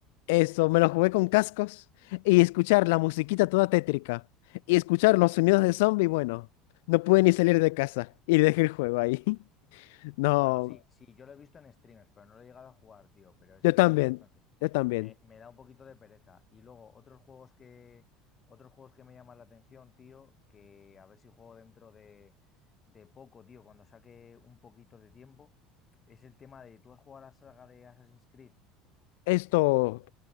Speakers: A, on the left; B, on the left.
A: Eso, me lo jugué con cascos y escuchar la musiquita toda tétrica y escuchar los sonidos de zombie, bueno, no pude ni salir de casa y dejé el juego ahí. <laughs> No.
B: Bueno, sí, sí, yo lo he visto en streamers, pero no lo he llegado a jugar, tío. Pero es
A: Yo
B: que,
A: también,
B: no sé,
A: yo también.
B: me, me da un poquito de pereza. Y luego, otros juegos que, otros juegos que me llaman la atención, tío, que a ver si juego dentro de, de poco, tío, cuando saque un poquito de tiempo, es el tema de, ¿tú has jugado a la saga de Assassin's Creed?
A: Esto,